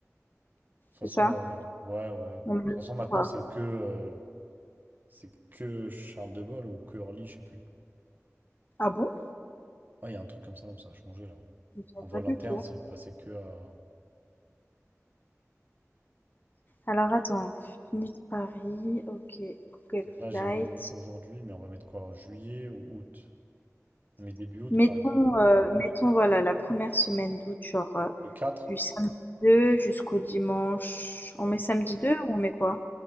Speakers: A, on the right; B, on the left.
A: façon,
B: c'est ça?
A: euh, ouais, ouais. De
B: On met
A: toute
B: le
A: façon,
B: tout,
A: maintenant,
B: quoi.
A: c'est que, euh, c'est que Charles de Gaulle ou que Orly, je sais plus.
B: Ah bon?
A: Ouais, il y a un truc comme ça, ça a changé là.
B: Je savais
A: En vol
B: pas du
A: interne,
B: tout.
A: c'est passé que à...
B: Alors attends, Nice-Paris, OK, Google
A: Là,
B: flight
A: j'ai mis aujourd'hui, mais on va mettre quoi? en Juillet ou août? On met début août,
B: Mettons,
A: par exemple.
B: heu, mettons voilà la première semaine d'août, genre, heu,
A: Le 4,
B: du samedi deux jusqu'au dimanche
A: on-
B: on met samedi 2 ou on met quoi?